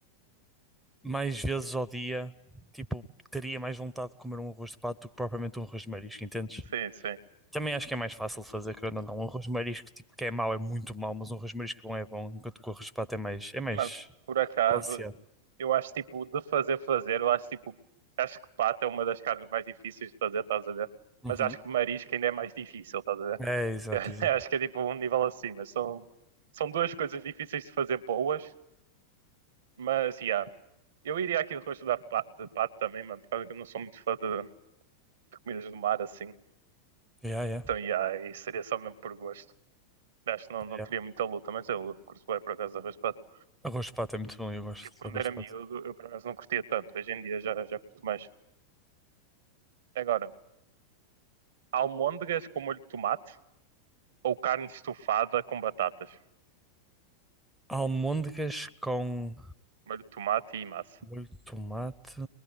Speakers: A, in the centre; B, on the right (about 60°).
A: mais vezes ao dia, tipo, teria mais vontade de comer um arroz de pato do que propriamente um arroz de marisco, entendes?
B: Sim, sim.
A: Também acho que é mais fácil de fazer, querendo ou não. Um arroz de marisco, tipo, que é mau, é muito mau, mas um arroz de marisco bom é bom, enquanto que o arroz de pato é mais, é mais
B: Mano, por acaso,
A: Balanceado.
B: eu acho tipo, de fazer, fazer, eu acho tipo, acho que pato é uma das carnes mais difíceis de fazer, estás a ver?
A: Uhum.
B: Mas acho que marisco ainda é mais difícil, estás a ver?
A: É, exato,
B: <laughs>
A: exato.
B: Acho que é tipo um nível acima. São, são duas coisas difíceis de fazer boas, mas, yeah. Eu iria aqui de rosto da pa- de pato também, mano, por causa que eu não sou muito fã de, de comidas do mar, assim.
A: Yeah, yeah,
B: Então, yeah, isso seria só mesmo por gosto. Acho que não, não
A: yeah.
B: teria muita luta, mas eu curto bem por acaso arroz de pato.
A: Arroz de pato é muito bom, eu gosto
B: Eu quando
A: de arroz
B: era
A: de
B: miúdo,
A: pato.
B: eu por acaso não curtia tanto. Hoje em dia já, já curto mais. Agora, almôndegas com molho de tomate ou carne estufada com batatas?
A: Almôndegas com
B: Molho de tomate e massa.
A: molho de tomate.